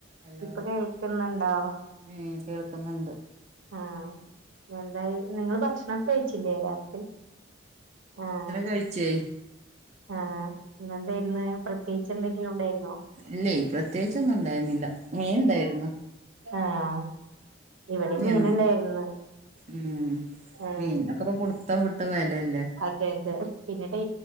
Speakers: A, on the right (about 35°); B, on the right (about 80°).
A: ഹലോ
B: ഇപ്പൊ കേൾക്കുന്നുണ്ടോ?
A: ഉം കേൾക്കുന്നുണ്ട്
B: ആഹ് എന്തായി നിങ്ങള് ഭക്ഷണം കഴിച്ചില്ലേ രാത്രി ആഹ്
A: കഴിച്ചഴി
B: ആഹ് ഇന്നെന്തായിര്ന്ന് പ്രത്യേകിച്ച് എന്തെങ്കിലും ഉണ്ടായിര്ന്നോ?
A: ഇല്ലേ പ്രത്യേകിച്ച് ഒന്നും ഇണ്ടായിന്നില്ല മീൻ ഇണ്ടായിര്ന്നു.
B: ആഹ് ഇവിടെ മീനുണ്ടായിരുന്നു
A: എൻ ഉം
B: ആഹ്
A: മീൻനൊക്കെപ്പ പുട് ത്തം വിട്ട വെലല്ലേ?
B: അതെ അതെ പിന്നീടെ